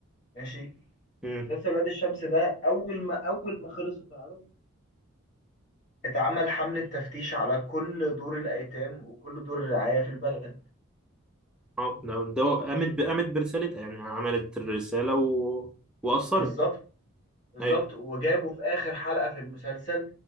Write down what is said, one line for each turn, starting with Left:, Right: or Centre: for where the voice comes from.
Left: ماشي
Centre: امم
Left: مسلسل ولاد الشمس ده اول ما اول ما خلص واتعرض اتعمل حمله تفتيش على كل دور الايتام وكل دور الرعايه في البلد
Centre: اه ده ده قامت ب... قامت برسالتها يعني عملت الرسالة و... وأثرت
Left: بالظبط بالظبط
Centre: ايوه
Left: وجابوا في آخر حلقة في المسلسل